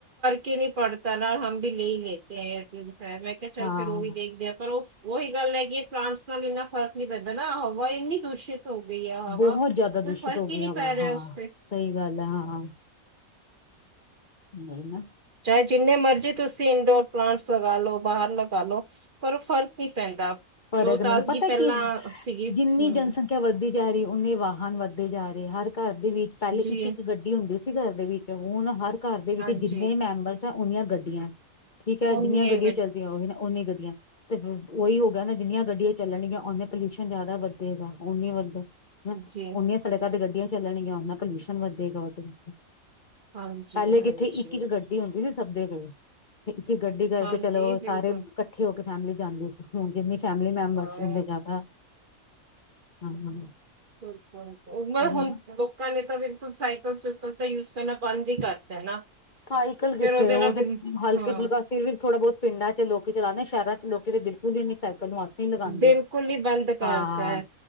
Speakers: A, on the right; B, on the left.
A: ਕੇ ਨੀ ਪੜਤਾ ਨਾ ਹਮ ਬੀ ਲੇ ਈ ਲੇਤੇ ਐ ਏਅਰ ਟਯੁਜ਼ਰ। ਮੈਂ ਕਿਆ ਚੱਲ
B: ਹਾਂ
A: ਫੇਰ ਔ ਵੀ ਦੇਖਦੇ ਆ, ਪਰ ਓਸ ਔਹੀ ਗੱਲ ਹੈਗੀ ਏ, ਪਲਾਂਟਸ ਨਾਲ ਇੰਨਾ ਫਰਕ ਨੀ ਪੈਂਦਾ ਨਾ ਹਵਾ ਇੰਨੀ ਦੂਸ਼ਿਤ ਹੋ ਗਈ ਹੈ ਹਵਾ
B: ਬਹੁਤ
A: ਕੋਈ
B: ਜਾਦਾ ਦੂਸਿ਼ਤ
A: ਫਰਕ
B: ਹੋ
A: ਹੀ
B: ਗੀ
A: ਨਹੀਂ
B: ਹਵਾ,
A: ਪੈ ਰਿਹਾ
B: ਹਾਂ
A: ਉਸ ਤੇ
B: ਸਹੀ ਗੱਲ ਐ ਹਾਂ ਹਾਂ। ਨਈ ਨਾ।
A: ਚਾਏ ਜਿੰਨੇ ਮਰਜ਼ੀ ਤੁਸੀਂ ਇੰਡੋਰ ਪਲਾਂਟਸ ਲਗਾ ਲੋ ਬਾਹਰ ਲਗਾ ਲੋ, ਪਰ ਔਹ ਫ਼ਰਕ ਨੀ ਪੈਂਦਾ।
B: ਫਰਕ
A: ਜੋ ਤਾਜ਼ਗੀ
B: ਨੀ ਪਤੈ
A: ਪਹਿਲਾਂ
B: ਕਿ
A: ਸੀਗੀ
B: ਜਿੰਨੀ
A: ਹਮ
B: ਜਨਸੰਖਿਆ ਵੱਧਦੀ ਜਾ ਰੀ ਔਨੀ ਵਾਹਨ ਵੱਧਦੇ ਜਾ ਰੇ, ਹਰ ਘਰ ਦੇ ਵਿੱਚ ਪੈਲੇ
A: ਜੀ
B: ਇੱਕ- ਇੱਕ ਗੱਡੀ ਹੁੰਦੀ ਸੀ, ਘਰ ਦੇ ਵਿੱਚ। ਤੇ ਹੁਣ ਹਰ ਘਰ ਦੇ ਵਿੱਚ
A: ਹਾਂਜੀ
B: ਜਿੰਨੇ ਮੈਂਬਰਸ ਤਾਂ ਓਨੀਆ ਗੱਡੀਆਂ। ਠੀਕ ਹੈ ਜਿੰਨੀਆਂ
A: ਉਨੀਆਂ
B: ਗੱਡੀਆਂ
A: ਹੀ
B: ਚੱਲਦੀਆਂ ਓਹੀ ਨਾ ਓਨੀ ਗੱਡੀਆਂ ਤੇ ਹੁ ਔਈ ਹੋ ਕਹਿੰਦੇ ਜਿੰਨੀਆਂ ਗੱਡੀਆਂ ਚੱਲਣਗੀਆਂ ਓਨੇ ਪੋਲਿਊਸ਼ਨ ਜਾਦਾ ਵਧੇਗਾ, ਓਨੀ ਵੱਧੇ
A: ਜੀ
B: ਓਨੀਆਂ ਸੜਕਾਂ ਤੇ ਗੱਡੀਆਂ ਚੱਲਣਗੀਆਂ ਔਨਾ ਪੌਲੂਸ਼ਨ ਵੱਧੇਗਾ ਔ ਫੇਰ।
A: ਹਾਂਜੀ
B: ਪਹਿਲੇ
A: ਹਾਂਜੀ
B: ਕਿੱਥੇ ਇੱਕ -ਇੱਕ ਗੱਡੀ ਹੁੰਦੀ ਸੀ। ਸਭ ਦੇ ਕੋਲ ਇਥੇ ਚ ਗੱਡੀ ਕਰਕੇ
A: ਹਾਂਜੀ
B: ਚਲੋ
A: ਬਿਲਕੁਲ
B: ਸਾਰੇ ਕੱਠੇ ਹੋ ਕੇ ਫੈਮਿਲੀ ਜਾਂਦੀ ਸੀ। ਹੁਣ ਜਿਮੇਂ ਫੈਮਿਲੀ ਮੈਂਬਰਸ
A: ਹਾਂ
B: ਹੋ ਗਏ ਜਾਦਾ ਹਾਂ, ਹਾਂ।
A: ਔਏ ਨਾ ਮੈਂ
B: ਉਹੀ
A: ਹੁਣ
B: ਨਾ
A: ਲੋਕਾਂ ਨੇ ਤਾਂ ਬਿਲਕੁਲ ਸਾਇਕਲ ਸੁਟ ਹੁਣ ਤੇ ਯੂਜ ਕਰਨਾ ਬੰਦ ਈ ਕਰਤੈ ਨਾ।
B: ਸਾਈਕਲ ਕਿੱਥੇ
A: ਫੇਰ ਉਹਦੇ
B: ਔਤੇ
A: ਨਾਲ ਬਿਲ
B: ਹਲਕੇ
A: ਹਾਂ
B: ਫੁਲਕਾ ਫਿਰ ਵੀ ਥੋੜਾ ਬੌਤ ਪਿੰਡਾਂ ਚ ਲੋਕੀ ਚਲਾਂਦੇ ਸਹਿਰਾਂ ਚ ਲੋਕੀ ਤੇ ਬਿਲਕੁਲ ਈ ਨੀ ਸਾਇਕਲ ਕਲ ਨੂੰ ਹੱਥ ਨੀ ਲਗਾਂਦੇ
A: ਬਿਲਕੁਲ ਹੀ ਬੰਦ ਕਰਤਾ
B: ਹਾਂ,
A: ਹੈ